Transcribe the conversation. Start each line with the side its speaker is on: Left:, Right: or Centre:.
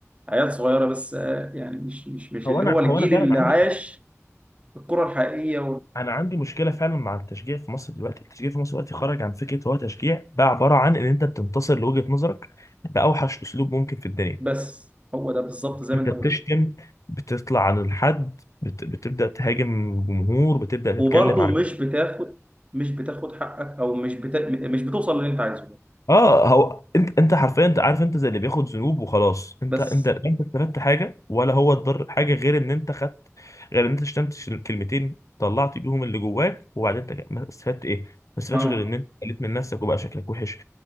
Right: عيال صغيره بس آه، يعني مش مش مش
Left: هو
Right: اللي
Left: انا
Right: هو الجيل
Left: هو انا فعلا
Right: اللي
Left: عندي
Right: عاش الكره الحقيقيه
Left: انا عندي مشكله فعلا مع التشجيع في مصر دلوقتي التشجيع في مصر دلوقتي خرج عن فكره هو تشجيع بقى عباره عن ان انت بتنتصر لوجهه نظرك باوحش اسلوب ممكن في الدنيا
Right: بس هو ده بالظبط زي
Left: انت
Right: ما انت
Left: بتشتم
Right: قلت
Left: بتطلع عن الحد بت... بتبدا تهاجم جمهور بتبدا
Right: وبرضه
Left: تتكلم
Right: مش بتاخد مش بتاخد حقك او مش بتا... مش بتوصل للي انت عايزه
Left: اه هو انت انت حرفيا انت عارف انت زي اللي بياخد ذنوب وخلاص انت
Right: بس
Left: انت لا انت استفدت حاجه ولا هو اتضر حاجه غير ان انت خدت غير ان انت شتمت ش- كلمتين طلعت بيهم اللي جواك وبعدين انت ما استفدت ايه؟ ما استفدتش
Right: اه
Left: غير ان انت قلت من نفسك وبقى شكلك وحش